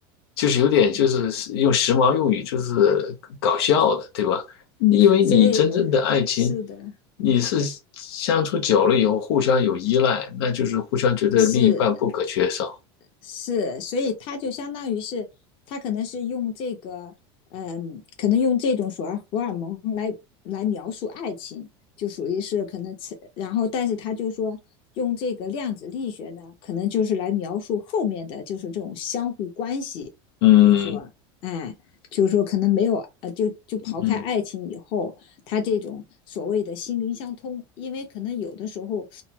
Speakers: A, on the left (about 80°); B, on the left (about 40°).
A: 就是有点就是用时髦用语就是搞笑的，
B: 对他，
A: 对吧？因为你真正的爱情，
B: 所以是的，
A: 你是相处久了以后互相有依赖，那就是互相觉得另一半不可缺少。
B: 是是，所以他就相当于是，他可能是用这个，嗯，呃可能用这种所谓荷尔蒙来来描述爱情，就属于是可能然后但是他就说用这个量子力学呢，可能就是来描述后面的就是这种相互关系，
A: 嗯
B: 就是说，哎，就是说可能没有，呃，就就刨开爱情以后，
A: 嗯，
B: 他这种所谓的心灵相通，因为可能有的时候。